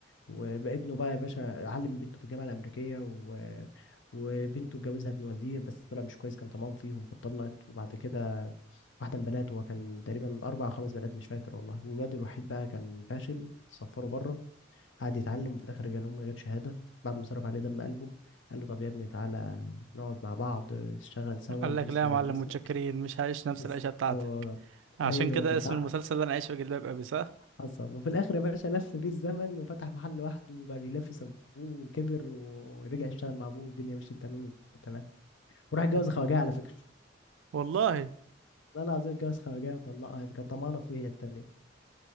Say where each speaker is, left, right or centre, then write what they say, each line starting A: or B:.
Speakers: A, on the left (about 75°); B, on the right (about 80°).
A: وابنه بقى يا باشا علم بنته في الجامعة الأمريكية و... وبنته اتجوزها ابن وزير بس طلع مش كويس كان طمعان فيهم فاتطلقت وبعد كده واحدة من بناته هو كان تقريبا أربع أو خمس بنات مش فاكر والله والواد الوحيد بقى كان فاشل صفره بره قعد يتعلم وفي الاخر جاله من غير شهاده بعد ما صرف عليه دم قلبه قال له طب يا ابني تعالى نقعد مع بعض نشتغل سوا
B: قال
A: واسمي
B: لك لا يا معلم
A: جنب اسمك
B: متشكرين مش هعيش نفس
A: بالظبط
B: العيشه بتاعتك عشان
A: هيلو
B: كده
A: كده
B: اسم المسلسل ده انا عايش في جلباب ابي صح
A: حصل وفي الاخر يا باشا لف بيه الزمن وفتح محل لوحده وبقى بينافس ابوه وكبر ورجع يشتغل مع ابوه والدنيا مشيت تمام تمام وراح اتجوز
B: أيوة.
A: خواجه على فكره
B: والله
A: لا العظيم اتجوز خواجه وطلقها كانت طمعانه فيه هي التانيه